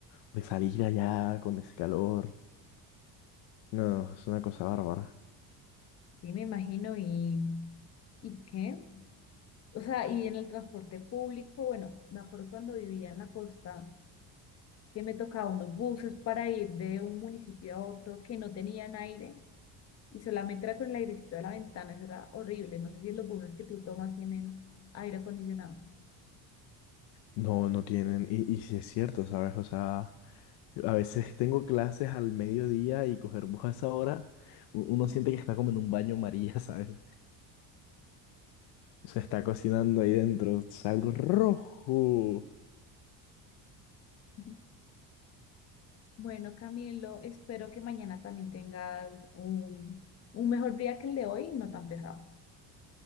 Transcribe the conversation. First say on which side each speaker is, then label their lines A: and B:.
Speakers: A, on the left (about 70°); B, on the left (about 35°).
A: pues salir allá con ese calor. No, es una cosa bárbara.
B: Sí, me imagino, ¿y, y qué? O sea, y en el transporte público, bueno, me acuerdo cuando vivía en la costa, que me tocaba unos buses para ir de un municipio a otro que no tenían aire y solamente era con el airecito de la ventana, eso era horrible. No sé si los buses que tú tomas tienen aire acondicionado.
A: No, no tienen, y, y sí es cierto, ¿sabes? O sea, a veces tengo clases al mediodía y coger bus a esa hora, u- uno siente que está como en un baño María, <laughs> ¿sabes? Se está cocinando ahí dentro, salgo rojo.
B: Ujú. Bueno, Camilo, espero que mañana también tengas un, un mejor día que el de hoy, no tan pesado.